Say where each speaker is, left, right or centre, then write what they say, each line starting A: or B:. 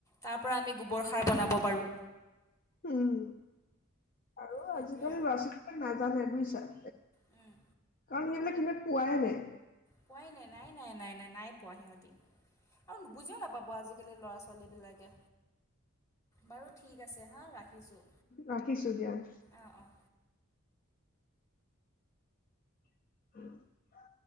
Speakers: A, on the left (about 15°); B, on the left (about 40°).
A: তাৰ পৰা আমি গুব গোবৰ খাই বনাব পাৰোঁ
B: উম। আৰু
A: সেইটোৱে
B: আজিকালি ল'ৰা ছোৱালীবিলাক নাজানে বুজিছা। <inaudible>
A: উম।
B: কাৰণ সেইবিলাক <unintelligible> পোৱাই নাই।
A: পোৱাই নাই। নাই নাই নাই নাই, নাই পোৱা সিহঁতি। আৰু বুজিও নাপাব আজিকালি ল'ৰা ছোৱালী বিলাকে। বাৰু ঠিক আছে হাঁ ৰাখিছোঁ।
B: ৰাখিছো দিয়া
A: অঁ, অঁ।
B: <unintelligible>